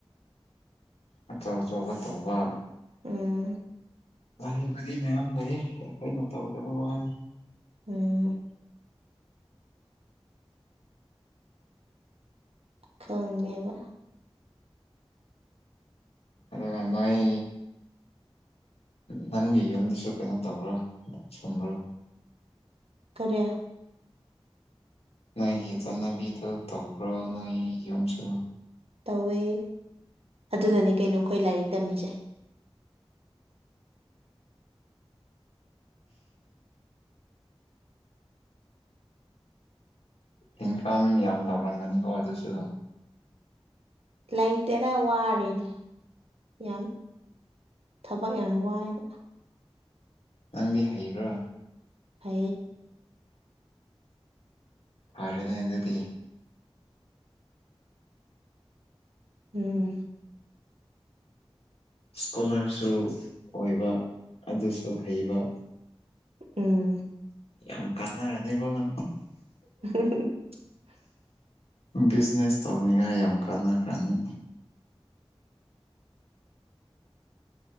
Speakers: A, on the left (about 85°); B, on the right (about 75°).
A: ꯑꯆꯧ ꯑꯆꯧꯕ ꯇꯧꯕ
B: ꯎꯝ
A: ꯑꯩꯕꯔꯤ ꯃꯌꯥꯝ ꯂꯩ ꯑꯩꯈꯣꯏꯅ ꯇꯧꯗꯕ ꯋꯥꯅꯤ
B: ꯎꯝ ꯈꯪꯉꯦꯕ
A: ꯑꯗ ꯉ ꯅꯣꯣꯏ ꯅꯪꯒꯤ ꯌꯨꯝꯗꯁꯨ ꯀꯩꯅꯣ ꯇꯧꯔꯣ ꯁꯨꯝꯕ꯭ꯔꯣ
B: ꯀꯔꯦ
A: ꯅꯣꯏꯒꯤ ꯆꯠꯅꯕꯤꯗꯣ ꯇꯧꯕ꯭ꯔꯣ ꯅꯣꯏ ꯌꯨꯝꯁꯨ
B: ꯇꯧꯋꯦ ꯑꯗꯨꯅꯅꯦ ꯀꯩꯅꯣ ꯑꯩꯈꯣꯏ ꯂꯥꯏꯔꯤꯛ ꯇꯝꯃꯤꯁꯦ
A: ꯏꯟꯀꯝ ꯌꯥꯝ ꯂꯥꯛꯂꯝꯒꯅꯤꯀꯣ ꯑꯗꯨꯁꯨ
B: ꯂꯩꯇꯦꯅ ꯋꯥꯔꯅꯦ ꯌꯥꯝ ꯊꯕꯛ ꯌꯥꯝ ꯋꯥꯏꯕ
A: ꯅꯪꯗꯤ ꯍꯩꯕ꯭ꯔꯣ
B: ꯍꯥ
A: ꯐꯔꯦꯅꯦ ꯑꯗꯨꯗꯤ
B: ꯎꯝ
A: ꯏꯁꯀꯣꯂꯥꯔꯁꯨ ꯑꯣꯏꯕ ꯑꯗꯨꯁꯨ ꯍꯩꯕ
B: ꯎꯝ
A: ꯌꯥꯝ ꯀꯟꯅ ꯍꯥꯏꯅꯤ ꯄꯅ
B: <unintelligible>
A: ꯕꯤꯖꯤꯅꯦꯁ ꯇꯧꯅꯤꯡꯉꯥꯏ ꯌꯥꯝ ꯀꯥꯟꯅꯈ꯭ꯔꯅꯤ